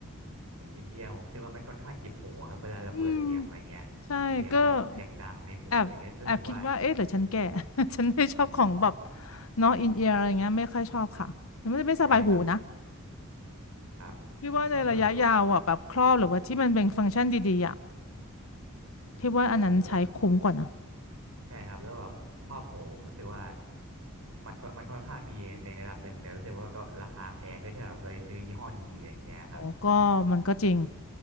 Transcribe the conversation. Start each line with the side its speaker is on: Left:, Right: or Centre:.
Right: อินเอียร์ผมรู้สึกว่ามันค่อนข้างเจ็บหูครับ เวลาเราเปิดเสียงอะไรเงี้ย
Left: อืมใช่ก็
Right: เสียงแบบเสียงดังในหูอะไรเงี้ยรู้สึกว่า
Left: แอบแอบคิดว่าเอ๊ะหรือฉันแก่ <laughs> ฉันไม่ชอบของแบบเนาะอินเอียร์อะไรเงี้ยไม่ค่อยชอบค่ะไม่ไม่สบายหูนะ
Right: ใช่ครับครับ
Left: พี่ว่าในระยะยาวอ่ะแบบครอบหรือว่าที่มันเป็นฟังก์ชันดีๆอ่ะ
Right: แล้วส่วนตัว
Left: พี่ว่าอันนั้นใช้คุ้มกว่านะ
Right: โอ้ ใช่ครับแล้วแบบครอบโหผมรู้สึกว่ามันก็มันค่อนข้างดีในระดับหนึ่งแต่รู้สึกว่ามันก็ราคาแพงด้วยถ้าแบบเราจะซื้อยี่ห้อดีๆอะไรเงี้ยครับ
Left: โอ้ก็มันก็จริง